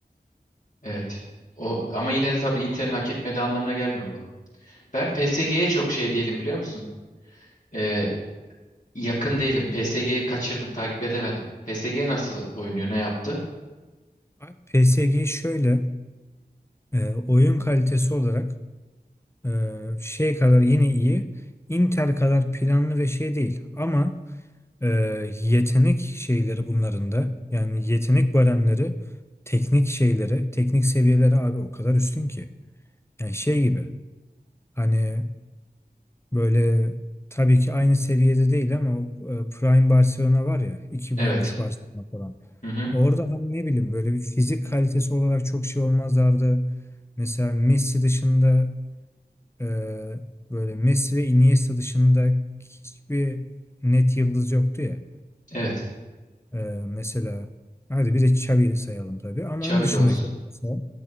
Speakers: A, on the left; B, on the left.
A: Evet. O ama yine de tabii Inter'in hak etmediği anlamına gelmiyor bu. Ben PSG'ye çok şey değilim biliyor musun? Ee, yakın değilim. PSG'yi kaçırdım, takip edemedim. PSG nasıl oynuyor, ne yaptı?
B: Abi PSG şöyle. E, oyun kalitesi olarak e, şey kadar yine iyi, Inter kadar planlı ve şey değil. Ama e, yetenek şeyleri bunların da yani yetenek baremleri, teknik şeyleri, teknik seviyeleri abi o kadar üstün ki. Yani şey gibi hani böyle tabii ki aynı seviyede değil ama e, Prime Barcelona var ya 2013
A: Evet.
B: Barcelona falan.
A: Hı hı.
B: Orada hani ne bileyim böyle bir fizik kalitesi olarak çok şey olmazlardı. Mesela Messi dışında Ee, böyle Messi ve Iniesta dışında hiçbir net yıldız yoktu ya.
A: Evet.
B: Ee, mesela hadi bir de Xavi'yi sayalım tabii ama
A: Xavi
B: onun dışındakiler
A: de olsun.
B: mesela